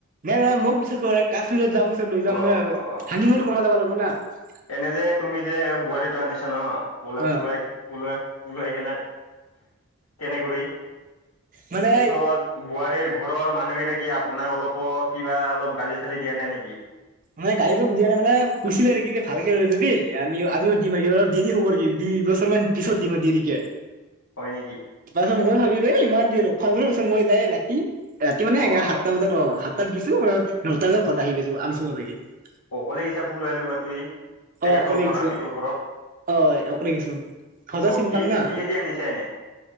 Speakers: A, on the right (about 40°); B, on the left (about 80°).
A: না মোক বিচাচ ক কাশ্মীৰত যাম চ লৌ যাম
B: অ
A: এ আৰ
B: অ অ অ
A: হানিমুন কৰবা যাবা লাগ <unintelligible>
B: এনে যে তুমি যে বোৱাৰীটো আনিছা ন পলু
A: অ
B: পলুৱাই পলুৱাই। পলুৱাই কেনে তেনে কৰি।
A: মানে
B: পিছত বোৱাৰীৰ ঘৰৰ মানুহকেইটা আপোনাক অলপো কিবা অলপ গালি চালি দিয়া নাই নেকি।
A: মই গালিটো দিয়া নাই মানে কুই চিলে নে কি ভালকে লৈ যাবি আমি আমিও দিম একেবাৰে দিনিও অৰ কি দুই বছৰ মান পিছত দিম আৰু দেৰিকে।
B: হয় নেকি
A: তাৰ পাছত মই ভাবিলো ইমান দে- ৰ- ভাবি আছোং মই যায় ৰাতি। ৰাতি মানে এ
B: অ
A: সাতটা
B: অ
A: বজাত অ' সাত তাত গিছো নটা বজাত ঘৰত আহি গেছো <unintelligible>
B: অকলে গিছা পলুৱাই লবা তুই
A: অ
B: তেখেতৰ
A: অকলে
B: ঘৰত
A: গিছো
B: আপিটোৰ ঘৰত
A: অ অকলে গিছো ঘৰতো
B: আহ
A: চিনি
B: কি
A: পাং
B: দি
A: না
B: কিহেদি আনিছা এনে